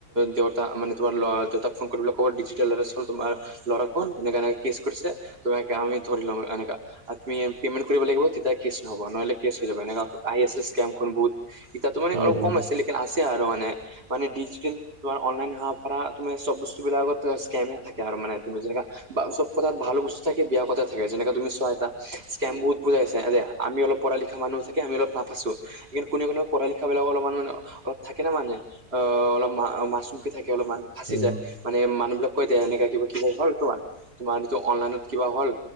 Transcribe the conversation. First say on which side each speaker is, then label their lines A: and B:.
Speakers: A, on the right (about 40°); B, on the right (about 20°).
A: দেউতা মানে তোমাৰ ল'ৰা দেউতাক ফোন কৰিব ক'ব ডিজিটেল এৰেষ্ট হল তোমাৰ ল'ৰা কোন এনেকা অনেকা কেচ কৰিছে তো আমি ধৰি লোওগে এনেকা তুমি পেমেণ্ট কৰিব লাগিব তেতিয়া কেচ নহব নহ'লে কেচ হৈ যাব এনেকা আই এছ এ স্কেম্ বহুত এতিয়াতো মানে
B: উম
A: অলপ
B: উম
A: কম আছে লেকিন আছে আৰু মানে মানে ডিজিটেল তোমাৰ অনলাইন হোৱা পৰা তোমাৰ চব বস্তু বিলাকত স্কেমে থাকে আৰু মানে তুমি যেনেকা বা চব কথাত ভাল বস্তু থাকে বেয়া কথা থাকে যেনেকা তুমি চোৱা এটা স্কেম বহুত ওলাইছে আৰে আমি অলপ পঢ়া লিখা মানুহ থাকে আমি অলপ নাফছো কি কোনে কোনে পঢ়া লিখা বিলাকৰ অলপমান মানে অলপ থাকে ন মানে অ অলপ মা মাছমুখি থাকে অলপমান ফাচি
B: উম
A: যায় মানে মানুহ বিলাক কৈ দে এনেকা কিবা কিবা হল তোমাৰ তোমাৰটো যিটো অনলাইনত কিবা হ'ল